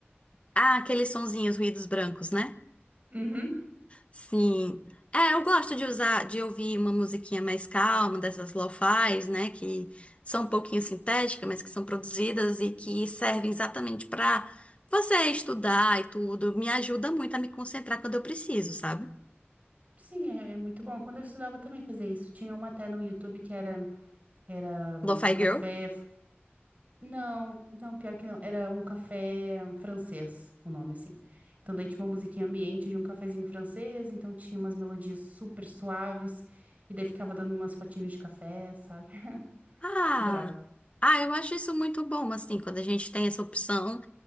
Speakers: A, on the left; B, on the right.
A: Ah, aqueles sonzinhos, ruídos brancos, né?
B: Uhum.
A: Sim. É, eu gosto de usar, de ouvir uma musiquinha mais calma, dessas lo-fis, né? Que são um pouquinho sintéticas, mas que são produzidas e que servem exatamente pra você estudar e tudo. Me ajuda muito a me concentrar quando eu preciso, sabe?
B: Sim, é, é muito bom. Quando eu estudava eu também fazia isso. Tinha uma até no YouTube que era, era
A: Lo-fi
B: um café.
A: girl.
B: Não, não, pior que não. Era um café francês, o nome assim. Então daí tinha uma musiquinha ambiente de um cafezinho francês, então tinha umas melodias super suaves, e daí ficava dando umas fotinhos de café, sabe? <laughs>
A: Ah,
B: Adorava.
A: ah, eu acho isso muito bom, assim, quando a gente tem essa opção